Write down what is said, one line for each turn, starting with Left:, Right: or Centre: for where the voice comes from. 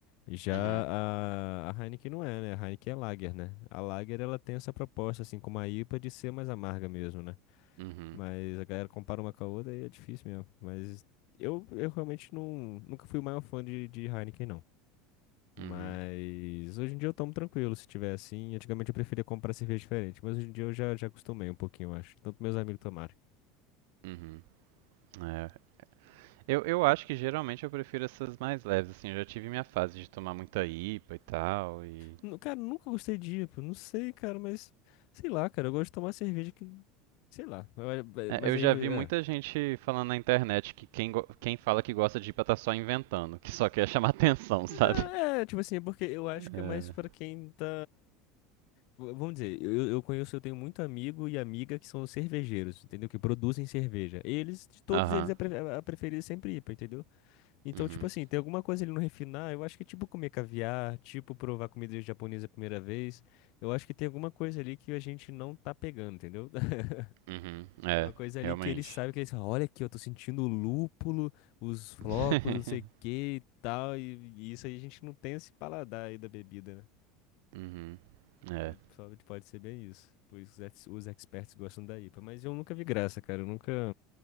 Left: Já
Right: uhum,
Left: a, a Heineken não é, né? A Heineken é Lager, né? A Lager ela tem essa proposta, assim, como a IPA, de ser mais amarga mesmo, né?
Right: uhum.
Left: Mas a galera compara uma com a outra e é difícil mesmo. Mas eu, eu realmente não, nunca fui o maior fã de, de Heineken, não. Mas
Right: Uhum,
Left: hoje em dia eu tomo tranquilo, se tiver assim. Antigamente eu preferia comprar cerveja diferente, mas hoje em dia eu já, já acostumei um pouquinho, eu acho. Tanto meus amigos tomarem.
Right: uhum. É. Eu, eu acho que geralmente eu prefiro essas mais leves, assim, eu já tive minha fase de tomar muita IPA e tal, e...
Left: Nu- Cara, nunca gostei de IPA, não sei, cara, mas sei lá, cara, eu gosto de tomar cerveja que. Sei lá, eu-
Right: É,
Left: mas
Right: eu
Left: aí.
Right: já vi
Left: É.
Right: muita gente falando na internet que quem, go- quem fala que gosta de IPA tá só inventando, que só quer chamar <laughs> atenção, sabe?
Left: Não, é, tipo assim, é porque eu acho que
Right: É.
Left: é mais pra quem tá. v- Vamos dizer, eu, eu conheço, eu tenho muito amigo e amiga que são cervejeiros, entendeu? Que produzem cerveja. Eles, de todos
Right: Aham,
Left: eles, a, pre a preferida é sempre IPA, entendeu? Então,
Right: uhum,
Left: tipo assim, tem alguma coisa ele não refinar, eu acho que é tipo comer caviar, tipo provar comida japonesa a primeira vez, eu acho que tem alguma coisa ali que a gente não tá pegando, entendeu? <laughs>
Right: uhum, é,
Left: É uma coisa ali
Right: realmente.
Left: que ele sabe que ele falam, olha aqui, eu tô sentindo o lúpulo, os flocos,
Right: <laughs>
Left: não sei o que e tal. E, e isso aí a gente não tem esse paladar aí da bebida, né?
Right: Uhum, é.
Left: Pode, só- pode ser bem isso. Por isso os, ex- os experts gostam da IPA. Mas eu nunca vi graça, cara. Eu nunca.